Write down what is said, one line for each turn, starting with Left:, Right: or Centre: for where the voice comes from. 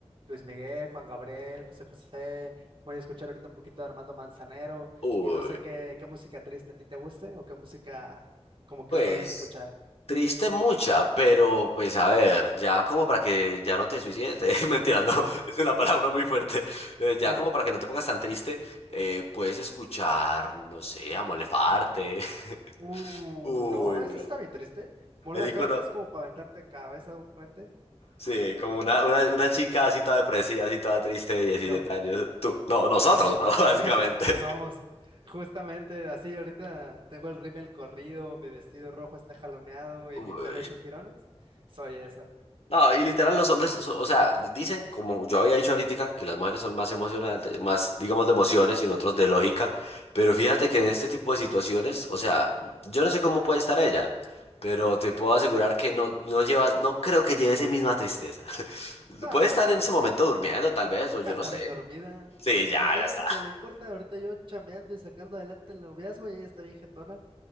Right: Luis Miguel, Juan Gabriel, José José, voy a escuchar ahorita un poquito de Armando Manzanero
Left: Uy,
Right: y no sé qué, qué música triste a ti te guste o qué música como que
Left: pues
Right: suelas escuchar.
Left: triste mucha, pero pues a ver, ya como para que ya no te suicides, <laughs> eh, mentira, no, es una palabra muy fuerte, Eh, ya
Right: Eh,
Left: como para que no te pongas tan triste, eh, puedes escuchar, no sé, a Mon Laferte. <laughs>
Right: uh,
Left: Uy,
Right: no, esa
Left: bro,
Right: está bien triste. Mon
Left: el
Right: Laferte
Left: icono,
Right: es como para aventarte cabeza de un puente.
Left: sí, como una, una, una chica así toda depresiva, así toda triste de 17
Right: Yo.
Left: años, tú, no, nosotros,
Right: <laughs>
Left: bro, <laughs> básicamente.
Right: Nos vamos. Justamente así, ahorita tengo el rímel corrido, mi vestido rojo está jaloneado y
Left: Uy.
Right: mi pelo hecho jirones. Soy esa.
Left: No, y literal los hombres, so- o sea, dicen, como yo había dicho ahorita, que las mujeres son más emocionantes, más, digamos, de emociones y nosotros de lógica, pero fíjate que en este tipo de situaciones, o sea, yo no sé cómo puede estar ella, pero te puedo asegurar que no, no llevas, no creo que lleve esa misma tristeza. <laughs>
Right: No,
Left: Puede estar en ese momento durmiendo, tal vez, o yo
Right: ya está
Left: no sé.
Right: bien dormida.
Left: Sí, ya,
Right: ¿Tú crees
Left: ya está.
Right: que le importa? Ahorita yo chambeando y sacando adelante el noviazgo y ella está bien jetona.